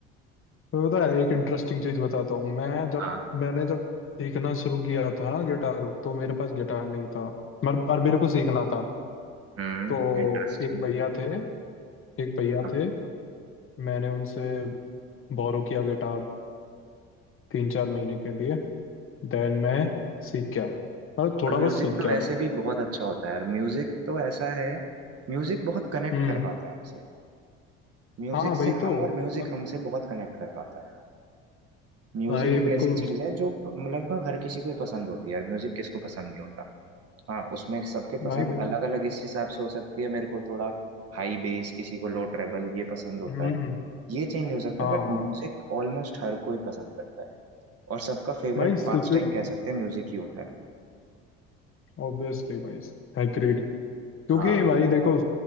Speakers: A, on the left (about 40°); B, on the right (about 45°).
A: तो पता है एक इंटरेस्टिंग चीज बताता हूँ मैं जब
B: हाँ
A: मैंने जब सीखना शुरू किया था ना गिटार तो मेरे पास गिटार नहीं था मगर पर मेरे को सीखना था
B: हम्म
A: तो
B: इंटरेस्टिंग
A: एक भैया थे एक भैया
B: हाँ
A: थे मैंने उनसे बोरो किया गिटार तीन चार महीने के लिए देन मैं सीख गया मतलब थोड़ा
B: और
A: बहुत
B: म्यूजिक
A: सीख
B: तो
A: गया
B: वैसे
A: मैं
B: भी बहुत अच्छा होता है यार म्यूजिक तो ऐसा है म्यूजिक बहुत कनेक्ट
A: हम्म
B: कर पाता है हमसे म्यूजिक
A: हाँ
B: से
A: वही तो
B: हम और म्यूजिक
A: पर
B: हमसे बहुत कनेक्ट कर पाता है म्यूजिक
A: भाई
B: एक
A: बिल्कुल
B: ऐसी चीज है जो लगभग हर किसी को ही पसंद होती है यार म्यूजिक किसको पसंद नहीं होता हाँ उसमें सबके पसंद
A: भाई भाई
B: अलग अलग इस हिसाब से हो सकती है मेरे को थोड़ा हाई बेस किसी को लो ट्रेबल ये पसंद होता
A: हम्म
B: है ये चेंज हो सकता
A: हाँ
B: है बट
A: हाँ
B: म्यूजिक ऑलमोस्ट हर कोई पसंद करता है और सबका फेवरेट
A: भाई सिचुए
B: पास टाइम कह सकते हैं म्यूजिक ही होता है
A: ऑब्वियसली भाई एग्रीड क्योंकि
B: हाँ
A: भाई देखो